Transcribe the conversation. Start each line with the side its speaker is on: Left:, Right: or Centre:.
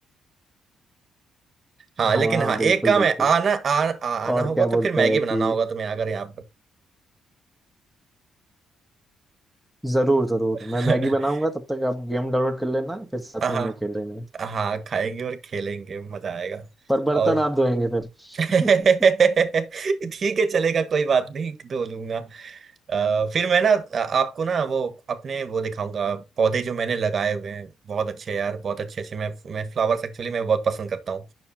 Right: हाँ लेकिन
Centre: हाँ
Right: हाँ
Centre: बिल्कुल
Right: एक काम
Centre: बिल्कुल
Right: है आना आ, आ, आना
Centre: और
Right: होगा
Centre: क्या
Right: तो
Centre: बोलते
Right: फिर मैगी
Centre: हैं
Right: बनाना
Centre: कि
Right: होगा तुम्हें आकर यहाँ पर
Centre: जरूर जरूर
Right: <laughs>
Centre: मैं मैगी बनाऊंगा तब तक आप गेम डाउनलोड कर लेना फिर साथ
Right: हाँ
Centre: में हम लोग खेल लेंगे
Right: हाँ खाएंगे और खेलेंगे मजा आएगा
Centre: पर बर्तन
Right: और
Centre: आप धोएंगे फिर
Right: <laughs> ठीक
Centre: <laughs>
Right: है चलेगा कोई बात नहीं धो लूंगा अ, फिर मैं ना अ, आपको ना वो अपने वो दिखाऊंगा पौधे जो मैंने लगाए हुए हैं बहुत अच्छे यार बहुत अच्छे अच्छे मैं मैं फ्लावर्स एक्चुअली मैं बहुत पसंद करता हूँ